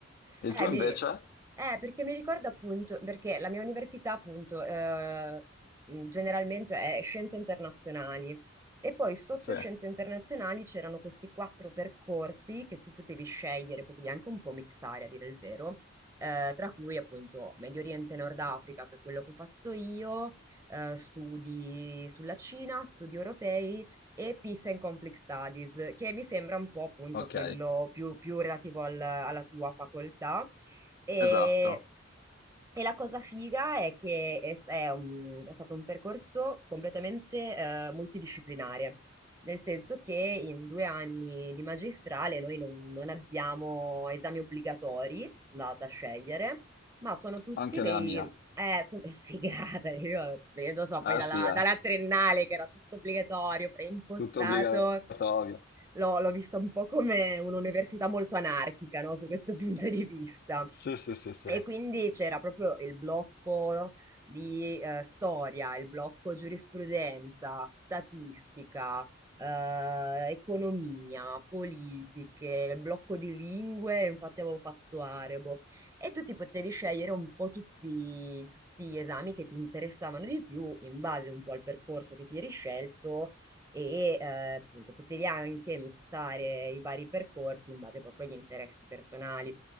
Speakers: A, on the left; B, on the right.
A: E
B: Eh,
A: il tuo invece?
B: mi eh, perché mi ricorda appunto perché la mia università appunto, ehm, mhmm, generalmente è scienze internazionali e poi sotto
A: Sì.
B: scienze internazionali c'erano questi 4 percorsi che tu potevi scegliere, potevi anche un po' mixare a dire il vero, ehm, tra cui appunto Medio Oriente e Nord Africa, che è quello che ho fatto io, ehm, studi sulla Cina, studi europei e Peace and Conflict Studies, che mi sembra un po' appunto
A: Ok,
B: quello più, più relativo al- alla tua facoltà. E,
A: esatto.
B: e la cosa figa è che è, è un- è stato un percorso completamente eh, multidisciplinare, nel senso che in due anni di magistrale noi non, non abbiamo esami obbligatori da da scegliere ma sono tutti
A: Anche
B: dei
A: nella mia.
B: eh, sono <laughs> figata, io lo so,
A: Eh
B: poi dalla,
A: sì, eh.
B: dalla triennale che era tutto obbligatorio, preimpostato
A: Tutto obbligatorio.
B: l'ho l'ho vista un po' come un'università molto anarchica, no, su questo <laughs> punto di vista.
A: Sì, sì, sì, sì.
B: E quindi c'era proprio il blocco di eh, storia, il blocco giurisprudenza, statistica, eh, economia, politiche, il blocco di lingue, infatti avevo fatto arabo. E tu ti potevi scegliere un po' tutti, tutti gli esami che ti interessavano di più in base un po' al percorso che ti eri scelto e eh, appunto potevi anche mixare i vari percorsi in base proprio agli interessi personali.